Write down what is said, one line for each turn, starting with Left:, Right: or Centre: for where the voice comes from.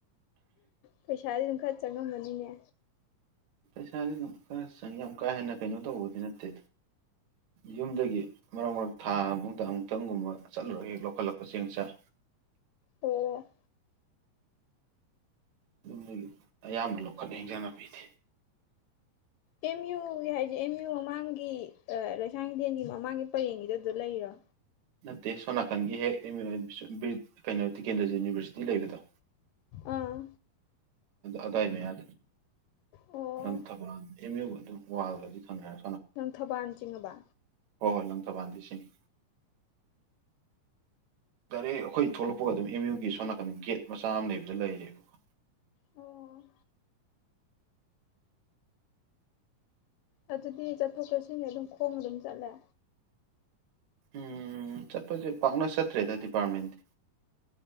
Left: ꯄꯩꯁꯥꯗꯤ ꯑꯗꯨꯝ ꯈꯔ ꯆꯪꯉꯝꯝꯕꯅꯤꯅꯦ
Right: ꯄꯩꯁꯥꯥꯁ ꯑꯗꯨꯝ ꯈ ꯆꯪꯉ ꯌꯥꯝ ꯀꯥ ꯍꯦꯟꯅ ꯀꯩꯅꯣ ꯇꯧꯕꯗꯤ ꯅꯠꯇꯦ ꯌꯨꯝꯗꯒꯤ ꯃꯔꯛ ꯃꯔꯛ ꯊꯥ ꯑꯃꯨꯛꯇ ꯑꯃꯨꯛꯇꯪꯒꯨꯝꯕ ꯆꯠꯂꯨꯔꯒ ꯍꯦꯛ ꯂꯧꯈꯠꯂꯛꯄ ꯆꯦꯡ ꯆꯥꯛ
Left: ꯑꯣ
Right: ꯑꯗꯨꯨꯝ ꯑꯌꯥꯝꯕ ꯂꯧꯈꯠꯂ ꯍꯦꯡꯖꯅ ꯄꯤꯗꯦ
Left: ꯑꯦꯝ ꯌꯨꯒꯤ ꯍꯥꯏꯁꯦ ꯑꯦꯝꯌꯨ ꯃꯃꯥꯡꯒꯤ ꯂꯩꯁꯥꯡ ꯍꯤꯗꯦꯟꯒꯤ ꯃꯃꯥꯡꯒꯤ ꯄꯔꯦꯡꯒꯤꯗ ꯑꯗꯨ ꯂꯩꯔꯣ
Right: ꯅꯠꯇꯦ ꯁꯣꯅꯥꯀꯟꯒꯤ ꯍꯦꯛ ꯑꯦꯝ ꯀꯩꯅꯣ ꯇꯤꯀꯦꯟꯗ꯭ꯔ ꯌꯨꯅꯤꯚꯔꯁꯤꯇꯤ ꯂꯩꯕꯗꯣ
Left: ꯑꯥ
Right: ꯑꯗꯥꯏꯅꯦ ꯑ
Left: ꯑꯣ
Right: ꯟꯊꯕꯥ ꯏꯃꯤ ꯑꯗꯨꯝ ꯋꯥꯜꯒꯗꯤ ꯊꯅꯔ
Left: ꯅꯪ ꯊꯕꯥꯅ ꯆꯤꯡꯉꯕ
Right: ꯍꯣꯏ ꯍꯣꯏ ꯂꯪꯊꯕꯥꯜꯗꯤ ꯁꯤꯡꯉꯤ ꯗꯥꯏꯔꯦꯛ ꯑꯩꯈꯣꯏ ꯊꯣꯛꯂꯛꯄꯒ ꯑꯗꯨꯝ ꯑꯦꯝ ꯌꯨꯒꯤ ꯁꯣ ꯅꯥꯀꯟ ꯒꯦꯠ ꯃꯆꯥ ꯑꯃ ꯂꯩꯕꯗ ꯂꯩꯔꯦꯕꯀꯣ
Left: ꯑꯣ ꯑꯗꯨꯗꯤ ꯆꯠꯊꯣꯛ ꯆꯠꯁꯤꯅꯦ ꯑꯗꯨꯝ ꯈꯣꯡꯅ ꯑꯗꯨꯝ ꯆꯠꯂꯦ
Right: ꯎꯝ ꯆꯠꯄꯁꯦ ꯄꯥꯛꯅ ꯆꯠꯇ꯭ꯔꯦꯗ ꯗꯤꯄꯥꯔꯠ ꯃꯦꯟꯗꯤ